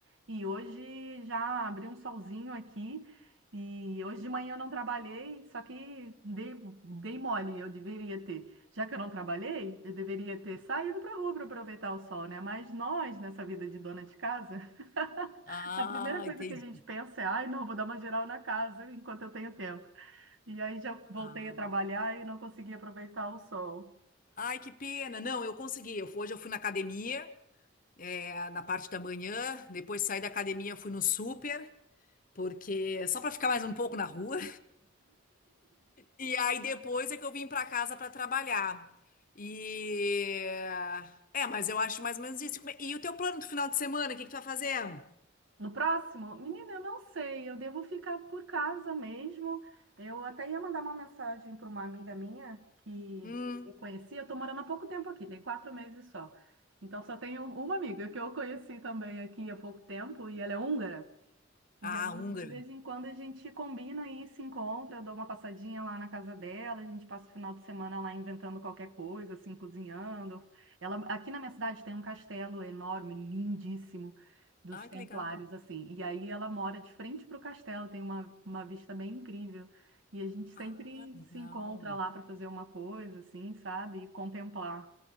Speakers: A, on the right; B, on the left.
A: e hoje já abriu um solzinho aqui, e hoje de manhã eu não trabalhei, só que dei, dei mole, eu deveria ter. Já que eu não trabalhei, eu deveria ter saído para a rua para aproveitar o sol, né? Mas nós, nessa vida de dona de casa, <laughs>
B: Ah,
A: a primeira coisa
B: entendi.
A: que a gente pensa é, ai, não, vou dar uma geral na casa enquanto eu tenho tempo. E aí já voltei
B: Ah.
A: a trabalhar e não consegui aproveitar o sol.
B: Ai, que pena. Não, eu consegui. Eu, fui- hoje eu fui na academia, é, na parte da manhã. Depois saí da academia, fui no super, porque só para ficar mais um pouco na rua. E aí depois é que eu vim pra casa pra trabalhar. E é, mas eu acho mais ou menos isso. E como é- e o teu plano do final de semana, o que que tu vai fazer?
A: No próximo? Menina, eu não sei. Eu devo ficar por casa mesmo. Eu até ia mandar uma mensagem para uma amiga minha que
B: Hum.
A: eu conheci. Eu estou morando há pouco tempo aqui, tem quatro meses só. Então só tenho uma amiga que eu conheci também aqui há pouco tempo e ela é húngara. E
B: Ah,
A: aí,
B: húngara.
A: de vez em quando, a gente combina e se encontra. Eu dou uma passadinha lá na casa dela, a gente passa o final de semana lá inventando qualquer coisa, assim, cozinhando. Ela, aqui na minha cidade tem um castelo enorme, lindíssimo, dos
B: Ah,
A: Templários,
B: que legal.
A: assim. E aí ela mora de frente para o castelo, tem uma, uma vista bem incrível. E a gente sempre
B: Ah, legal.
A: se encontra lá para fazer uma coisa, assim, sabe? E contemplar,